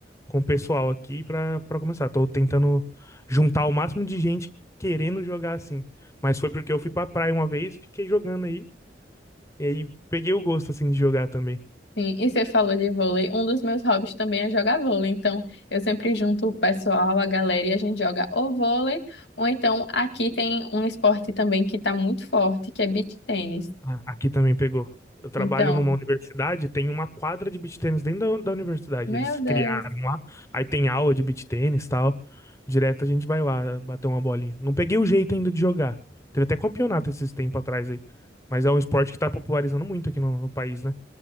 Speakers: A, on the left; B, on the left.
A: com o pessoal aqui pra, pra começar. Tô tentando juntar o máximo de gente querendo jogar assim. Mas foi porque eu fui pra praia uma vez, fiquei jogando aí. E aí peguei o gosto assim de jogar também.
B: Sim, e você falou de vôlei. Um dos meus hobbies também é jogar vôlei. Então, eu sempre junto o pessoal, a galera, e a gente joga ou vôlei, ou então aqui tem um esporte também que está muito forte, que é beach tênis.
A: Ah, Aqui também pegou. Eu trabalho
B: Então,
A: numa universidade, tem uma quadra de beach tênis dentro da, da universidade.
B: meu
A: Eles criaram
B: Deus.
A: lá, aí tem aula de beach tênis e tal. Direto a gente vai lá bater uma bolinha. Não peguei o jeito ainda de jogar. Teve até campeonato esses tempos atrás aí. Mas é um esporte que tá popularizando muito aqui no, no país, né?